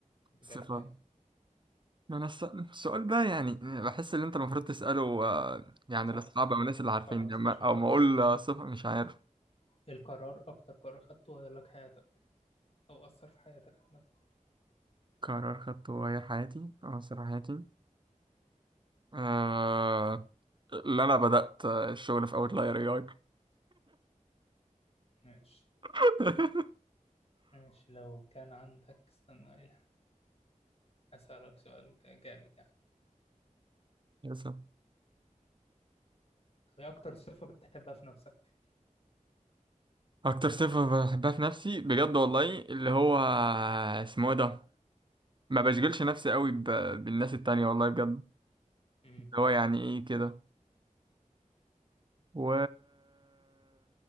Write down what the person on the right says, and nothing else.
صفة
ما انا الس- السؤال ده يعني بحس ان انت المفروض تسأله آه، يعني
لاصحاب
او الناس اللي عارفين
يعني
او
ما
اقول آه، صفة مش عارف
قرار خدته غير حياتي او سر حياتي آه... اللي انا بدأت آه، الشغل في اوتلاير اي اي
<laughs>
للأسف.
اكتر صفة بحبها في نفسي بجد والله اللي هو اسمه إيه ده ما بشغلش نفسي قوي ب... بالناس التانية والله بجد
اللي هو يعني ايه كده و